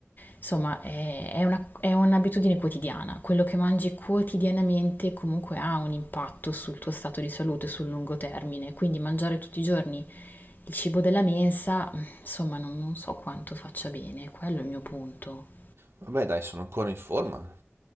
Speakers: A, on the left; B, on the right.
A: insomma, è, è una- è un'abitudine quotidiana. Quello che mangi quotidianamente comunque ha un impatto sul tuo stato di salute sul lungo termine, quindi mangiare tutti i giorni il cibo della mensa, insomma, non non so quanto faccia bene, quello è il mio punto.
B: Vabbè, dai, sono ancora in forma.